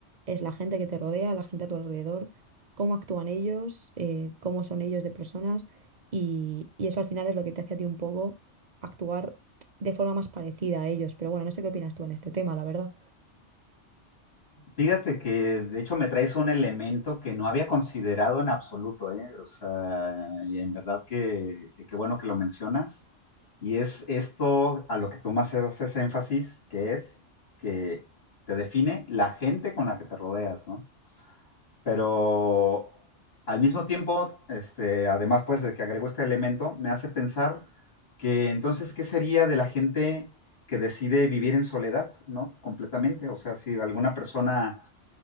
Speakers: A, on the right; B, on the left.
A: es la gente que te rodea, la gente a tu alrededor, cómo actúan ellos, eh, cómo son ellos de personas y, y eso al final es lo que te hace a ti un poco actuar de forma más parecida a ellos. Pero bueno, no sé qué opinas tú en este tema, la verdad.
B: Fíjate que de hecho me traes un elemento que no había considerado en absoluto, ¿eh? O sea, y en verdad que que qué bueno que lo mencionas. Y es esto a lo que tú más haces énfasis, que es que te define la gente con la que te rodeas, ¿no? Pero al mismo tiempo, este, además pues de que agrego este elemento, me hace pensar que entonces, ¿qué sería de la gente que decide vivir en soledad, ¿no? Completamente. O sea, si alguna persona